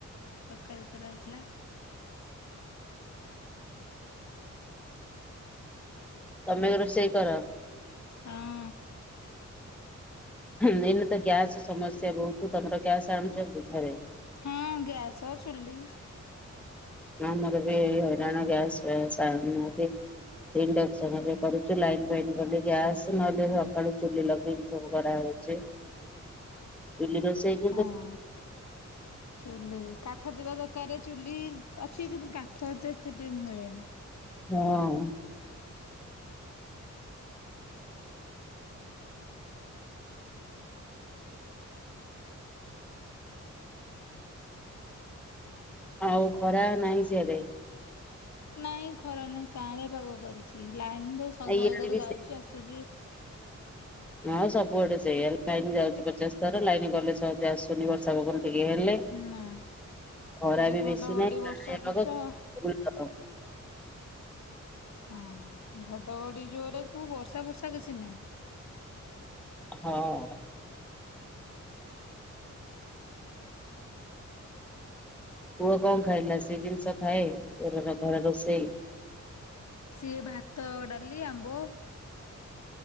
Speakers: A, on the left (about 65°); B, in the centre.
A: ତରକାରୀ କରାହେଇଥିଲା।
B: ତମେ ରୋଷେଇ କର।
A: ହଁ।
B: ମେନ ତ ଗ୍ୟାସ ସମସ୍ୟା ବହୁତ ତମର ଗ୍ୟାସ ଆଣୁଛନ୍ତି ଘରେ।
A: ହଁ ଗ୍ୟାସ ଚୁଲି।
B: ଆମର ବି ହଇରାଣ ଗ୍ୟାସସାୟ ଆଣୁନାହାନ୍ତି। ସେଇ ଇଣ୍ଡକ୍ସନରେ କରୁଚି ଲାଇନ୍ ଫାଇନ୍ ଗଲେ ଗ୍ୟାସ୍ ନହେଲେ ସକାଳୁ ଚୁଲି ଲଗେଇକି ସବୁ କରାହଉଚି। ଚୁଲି ରୋଷେଇ <unintelligible>
A: ହଁ। ଚୁଲି କାଠ ଥିବା ଦରକାର ଚୁଲି ଅଛି କିନ୍ତୁ କାଠ ଏତେ ସେଠି ମିଳେନି।
B: ହଁ। ଆଉ ଖରା ନାହିଁ ସିଆଡେ?
A: ନାଇଁ ଖରା ନାହିଁ କାଁଳିଆ ପାଗ କରିଚି ଲାଇନବି ଶହେ
B: ଇଆଡେ
A: ଥର
B: ବି
A: ଯାଉଚି
B: ସେ
A: ଆସୁଚି।
B: ହଁ ସବୁଆଡ଼େ ସେଇଆ ଲାଇନ୍ ଯାଉଚି ପଚାଶ ଥର ଲାଇନ୍ ଗଲେ ସହଜେ ଆସୁନି ବର୍ଷା ପବନ ଟିକେ ହେଲେ
A: ନା।
B: ଖରାବି
A: ଖାଲି ଘଡ଼ଘଡ଼ି
B: ବେଶୀ ନାହିଁ
A: ବର୍ଷା
B: କାଁଳିଆ
A: ଫର୍ଷା
B: ପାଗ <unintelligible>
A: ହଁ ହଁ ଘଡଘଡି ଜୋରେକୁ ବର୍ଷା ଫର୍ଷା କିଛି ନାହିଁ।
B: ହଁ। ପୁଅ କଣ ଖାଇଲା ସେଜିନିଷ ଖାଏ <unintelligible> ଘରେ ରୋଷେଇ?
A: ସିଏ ଭାତ ଡାଲି ଆମ୍ବ